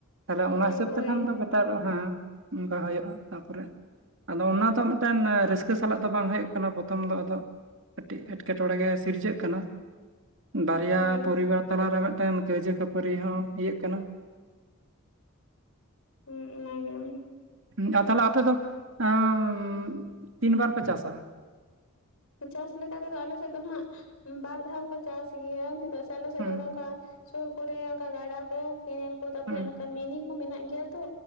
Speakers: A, on the right (about 60°); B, on the left (about 80°).
A: ᱛᱟᱦᱚᱞᱮ
B: ᱦᱳᱭ
A: ᱚᱱᱟ ᱦᱤᱥᱟᱹᱵ
B: ᱦᱳᱭ
A: ᱛᱮᱠᱷᱟᱱ ᱫᱚ ᱱᱮᱛᱟᱨ ᱦᱮᱸ ᱱᱚᱝᱠᱟ ᱦᱩᱭᱩᱜᱼᱟ ᱛᱟᱯᱚᱨᱮ ᱟᱫᱚ ᱚᱱᱟ ᱫᱚ ᱢᱤᱛ ᱢᱤᱫᱴᱟᱱ ᱨᱟᱹᱥᱠᱟᱹ ᱥᱟᱞᱟᱜ ᱫᱚ ᱵᱟᱝ ᱦᱩᱭᱩᱜ ᱠᱟᱱᱟ ᱯᱚᱨᱚᱛᱷᱚᱢ ᱫᱚ ᱟᱫᱚ ᱠᱟᱹᱴᱤᱡ ᱮᱸᱴᱠᱮᱴᱚᱬᱮ ᱜᱮ ᱥᱤᱨᱡᱟᱹᱜ ᱠᱟᱱᱟ ᱵᱟᱨᱭᱟ
B: ᱦᱳᱭ
A: ᱯᱚᱨᱤᱵᱟᱨ ᱛᱟᱞᱟᱨᱮ ᱢᱤᱫᱴᱮᱱ ᱠᱟᱹᱭᱡᱟᱹ ᱠᱷᱟᱹᱯᱟᱹᱨᱤ ᱦᱚᱸ ᱤᱭᱟᱹᱜ ᱠᱟᱱᱟ᱾
B: ᱦᱩᱸ ᱚᱱᱟᱜᱮ
A: ᱦᱩᱸ ᱟᱨ ᱛᱟᱦᱚᱞᱮ ᱟᱯᱮ ᱫᱚ ᱮᱸ ᱛᱤᱱ ᱵᱟᱨ ᱯᱮ ᱪᱟᱥᱟ
B: ᱪᱟᱥ ᱞᱮᱠᱟᱛᱮ ᱫᱚ ᱟᱞᱮ ᱥᱮᱫ ᱫᱚ ᱱᱟᱦᱟᱸᱜ ᱵᱟᱨ ᱫᱷᱟᱣ ᱠᱚ ᱪᱟᱥ ᱜᱮᱭᱟ ᱪᱮᱫᱟᱜ ᱥᱮ ᱟᱞᱮ ᱥᱮᱫ
A: ᱦᱩᱸ
B: ᱫᱚ ᱱᱚᱝᱠᱟ ᱥᱩᱨ ᱠᱚᱨᱮ ᱚᱱᱠᱟ ᱜᱟᱰᱟ ᱠᱚ ᱠᱮᱱᱮᱞ ᱠᱚ ᱛᱟᱯᱚᱨᱮ
A: ᱦᱩᱸ
B: ᱚᱱᱠᱟ ᱢᱤᱱᱤ ᱠᱚ ᱢᱮᱱᱟᱜ ᱜᱮᱭᱟ ᱛᱚ